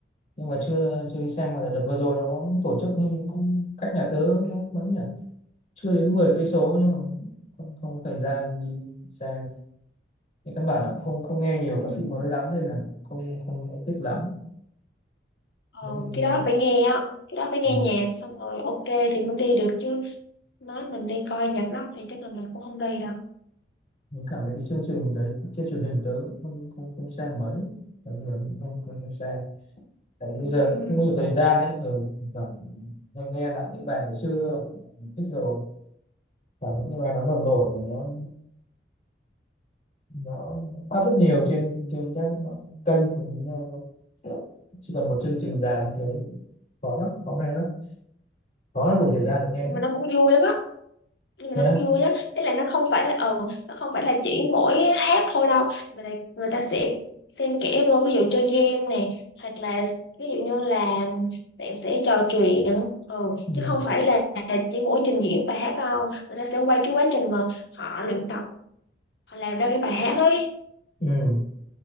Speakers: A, on the left; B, on the left.
A: nhưng mà chưa chưa đi xem mà đợt vừa rồi nó có tổ chức hình như cũng cách nhà tớ nó mấy nhỉ chưa đến 10 cây số nhưng mà không không có thời gian đi xem thì căn bản là không không nghe nhiều
B: Ừ.
A: ca sĩ mới lắm nên là không không thích lắm
B: Ờ,
A: giống như
B: cái đó phải nghe á, cái đó phải nghe
A: ừ.
B: nhạc xong rồi ok thì mới đi được chứ. Nói mình đi coi nhạc rock thì chắc là mình cũng không đi đâu.
A: mình cảm thấy cái chương trình đấy trên truyền hình tớ cũng không không, không xem mấy bởi vì là mình không không, không xem tại vì
B: Ừm,
A: bây giờ cũng không có nhiều thời gian ấy ừ. phải hay nghe lại những bài ngày xưa thích rồi và những cái bài nó nổi nổi là nó nó phát rất nhiều trên trên các kênh của mình nghe thôi. chỉ cần một chương trình dài như thế thì khó lắm khó nghe lắm khó là một thời gian để nghe
B: Nhưng mà nó cũng vui lắm á. nhưng
A: nhé
B: mà nó cũng vui á thế là nó không phải là ờ nó không phải là chỉ mỗi hát thôi đâu mà là người ta sẽ xen kẽ vô ví dụ chơi game nè hoặc là ví dụ như là bạn sẽ trò chuyện ừ,
A: ừ.
B: chứ không phải là chỉ mỗi trình diễn bài hát đâu người ta sẽ quay cái quá trình mà họ luyện tập họ làm ra cái bài hát ấy
A: Ừ.